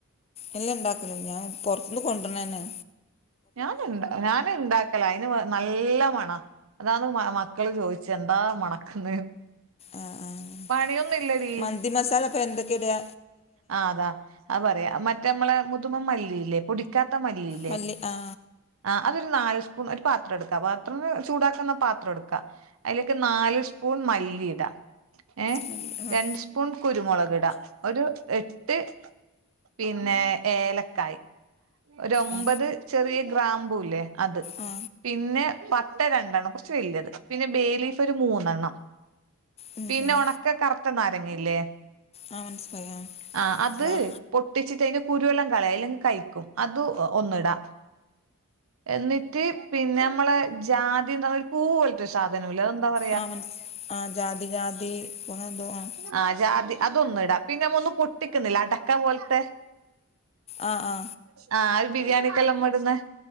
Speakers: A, on the left; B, on the right.
A: എല്ല ഇണ്ടാക്കലില്ല ഞാൻ പൊർത്ത്ന്ന് കൊണ്ടര്ണന്നെ.
B: ഞാന്ണ്ടാ ഞാന്ണ്ടാക്കി ല അയിന് നല്ല മണാ അതാന്ന് മ മക്കള് ചോയ്ച്ചെ എന്താ മണക്ക്ന്നെ?
A: ആഹ് ആഹാ
B: പണിയൊന്നും ഇല്ലടി..
A: മന്തി മസാല ഇപ്പൊ എന്തൊക്കെയ ഇടാ
B: ആ് അതാ അത് പറയാ മറ്റേമ്മളെ മുതുമ മല്ലില്ലേ പൊടിക്കാത്ത മല്ലി..
A: മല്ലി ആ..
B: ആ അതൊരു നാല് സ്പൂൺ ഒരു പാത്രം എടുക്കാ പാത്രം ചൂടാക്കുന്ന പാത്രം എടുക്കാ... അതിലേക്ക് നാല് സ്പൂൺ മല്ലി ഇടാ ഏ
A: മല്ലി ആ
B: രണ്ട് സ്പൂ ൺ കുരുമുളകിട ഒരു എട്ട് പിന്നെ ഏലക്കായ്. ഒരു ഒമ്പത്
A: ആ
B: ചെറിയ ഗ്രാംമ്പൂല്ലേ അത്
A: ആ
B: പിന്നെ പട്ട രണ്ടണ്ണം കുറച്ച് വല്യത് പിന്നെ ബേ ലീഫ് ഒരു മൂന്നെണ്ണം
A: ഉം,
B: പിന്നെ
A: ഉം.
B: ഉണക്ക കറുത്ത നാരങ്ങയില്ലേ
A: ആ മനസ്സിലായി
B: ആ അത്..
A: ആ
B: പൊട്ടിച്ചിട്ട്അ തിന്റെ കുരുവെല്ലാം കളയ് അല്ലെങ്കിൽ കയ്ക്കും അത് ഒന്ന്‌ ഇടാ.. എന്നിട്ട് പിന്നെ മ്മളെ ജാതി എന്ന്‌ പറ യുന്ന ഒരു പൂ പോലത്തൊരു സാധനി ല്ലേ അ ത് എന്താ പറ
A: ആ മ ന ആഹ ജാതി ജാതി പോല എന്തോ ആണ്
B: ആഹ ജാതി അതൊന്ന്‌ ഇടാ പിന്നെ നമ്മ ഒന്നും പൊട്ടിക്കുന്നില്ലേ അടക്കാപോലത്തെ..
A: ആ ആ
B: അ ആ ഒരു ബിരിയാണിക്കെല്ലാംമ്മടന്നെ